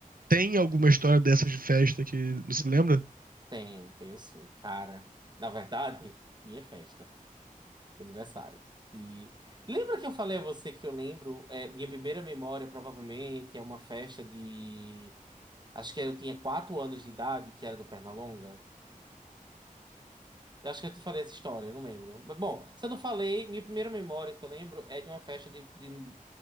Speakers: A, on the right (about 75°); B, on the right (about 30°).
A: tem alguma história dessas de festa que não se lembra?
B: tenho, tenho sim, cara. Na verdade, minha festa. Aniversário. E lembra que eu falei a você que eu lembro, é, minha primeira memória provavelmente é uma festa de, acho que eu tinha quatro anos de idade, que era do Pernalonga. Eu acho que eu te falei essa história, eu não lembro. Mas, bom, se eu não falei, minha primeira memória que eu lembro é de uma festa de, de,